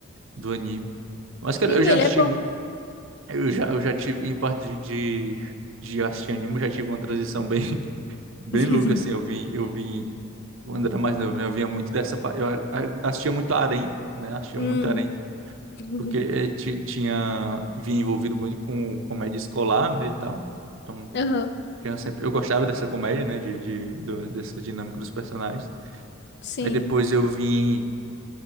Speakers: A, on the right; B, on the left.
A: do anime. Mas, cara,
B: Sim,
A: eu já
B: ele
A: assisti
B: é bom.
A: muito. Eu já, eu já tive, em parte de, de, de assistir anime, eu já tive uma transição bem, <laughs> bem
B: <laughs>
A: louca, assim. Eu vim, eu vim, quando era mais novo, né? Eu vinha muito dessa. pa- Eu a- a- assistia muito Harém, né? Assistia
B: Hum.
A: muito Harém.
B: <laughs>
A: porque eh, ti- tinha vinha envolvido muito com comédia escolar, né, e tal. Então,
B: Aham,
A: tinha sempre eu gostava dessa comédia, né, de, de do- dessa dinâmica dos personagens.
B: Sim,
A: Aí depois eu vim